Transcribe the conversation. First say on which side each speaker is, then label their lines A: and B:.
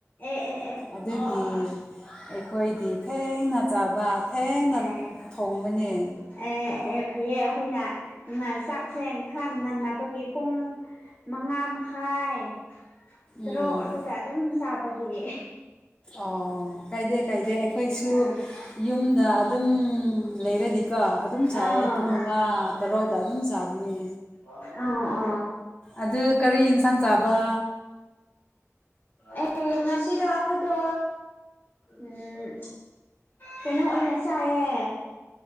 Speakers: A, on the left (about 45°); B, on the left (about 20°).
A: ꯑꯦ ꯑꯦ ꯑꯦ
B: ꯑꯗꯨꯒꯤ
A: ꯑꯣ ꯑꯣ ꯑꯣ
B: <unintelligible> ꯑꯩꯈꯣꯏꯗꯤ ꯊꯦꯡꯅ ꯆꯥꯕ ꯊꯦꯡꯅ
A: ꯑꯦ
B: ꯊꯣꯡꯕꯅꯦ
A: ꯑꯦ ꯑꯦ ꯑꯦ ꯐꯩꯌꯦ ꯑꯩꯈꯣꯏꯅ <unintelligible> ꯆꯥꯛꯁꯦ ꯈꯔ ꯉꯟꯅꯕꯒꯤ ꯄꯨꯡ ꯃꯉꯥ ꯃꯈꯥꯏ ꯇꯔꯨꯛ
B: ꯎꯝ
A: ꯑꯗꯨꯗ ꯑꯗꯨꯝ ꯆꯥꯕꯒꯤꯅꯦ
B: ꯑꯣ ꯀꯥꯏꯗꯦ ꯀꯥꯏꯗꯦ ꯑꯩꯈꯣꯏꯁꯨ
A: ꯑꯥ
B: ꯌꯨꯝꯗ ꯑꯗꯨꯝ ꯂꯩꯔꯗꯤꯀꯣ ꯑꯗꯨꯝ ꯆꯥꯏꯑꯦ
A: ꯑꯥ
B: ꯄꯨꯡ ꯃꯉꯥ ꯇꯔꯨꯛꯇ ꯑꯗꯨꯝ ꯆꯥꯕꯅꯦ
A: ꯑ ꯑꯣ
B: ꯑꯗꯨ ꯀꯔꯤ ꯏꯟꯁꯥꯡ ꯆꯥꯕ
A: ꯑꯦ ꯉꯁꯤꯗꯣ ꯑꯩꯈꯣꯏꯗꯣ ꯎꯝ ꯀꯩꯅꯣ ꯑꯣꯏꯅ ꯆꯥꯏꯌꯦ